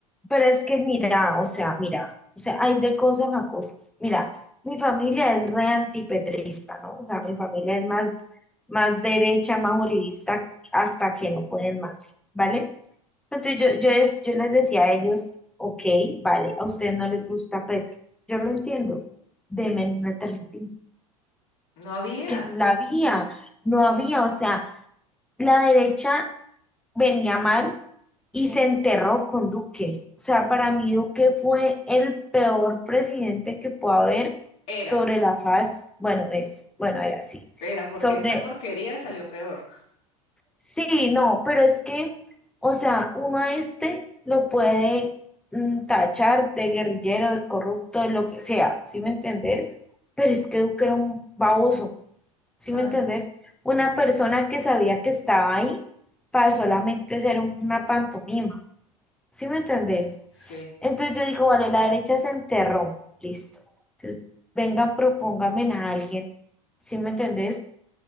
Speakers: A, in the centre; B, on the left.
A: pero es que mira, o sea, mira, o sea, hay de cosas a cosas. Mira, mi familia es re antipetrista, ¿no? O sea, mi familia es más, más derecha, más uribista, hasta que no pueden más, ¿vale? Entonces yo, yo, es- yo les decía a ellos, ok, vale, a ustedes no les gusta Petro. Yo lo entiendo, denme una alternativa.
B: No había,
A: Es que no la había, no había, o sea, la derecha venía mal y se enterró con Duque. O sea, para mí Duque fue el peor presidente que pueda haber
B: era,
A: sobre la faz, bueno, es, bueno, era así,
B: era, porque
A: sobre
B: esta porquería salió peor.
A: Sí, no, pero es que, o sea, uno a este lo puede mm, tachar de guerrillero, de corrupto, de lo que sea, ¿sí me entendés? Pero es que Duque era un baboso, ¿sí
B: No,
A: me entendés? Una persona que sabía que estaba ahí para solamente ser un- una pantomima, ¿sí me entendés?
B: sí.
A: Entonces yo digo, vale, la derecha se enterró, listo. Entonces, vengan, propónganme a alguien, ¿sí me entendés?